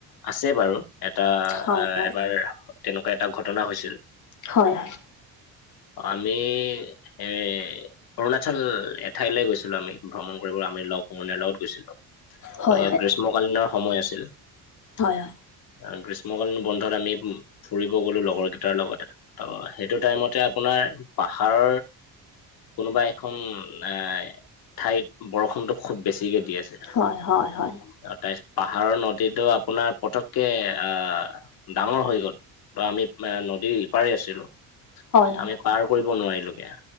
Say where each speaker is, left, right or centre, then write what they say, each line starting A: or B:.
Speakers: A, on the left (about 70°); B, on the left (about 50°).
A: আছে বাৰু এটা
B: হয়
A: আহ
B: হয়।
A: এবাৰ তেনেকুৱা এটা ঘটনা হৈছিল
B: হয় হয়
A: আমি এ অৰুণাচল এঠাইলে গৈছিলো আমি ভ্ৰমণ কৰিব আমি লগ সমনীয়াৰ লগত গৈছিলো
B: হয়
A: ত
B: হয়
A: গ্ৰীষ্মকালীনৰ সময় আছিল
B: হয়
A: আৰ গ্ৰীষ্মকালীন বন্ধত আমিম ফুৰিব গলো লগৰ দুটাৰ লগতে ত সেইটো টাইমতে আপোনাৰ পাহাৰ কোনোবা এখন এ ঠাইত বৰষুণটো খুব বেছিকে দি আছে
B: হয় হয় হয়
A: আ তাছত পাহাৰৰ নদীটো আপোনাৰ পতক কে আহ ডাঙৰ হৈ গল ত আমি এ নদীৰ ইপাৰে আছিলো
B: হয় হয় হয়।
A: আমি পাৰ কৰিব নোৱাৰিলোগে আ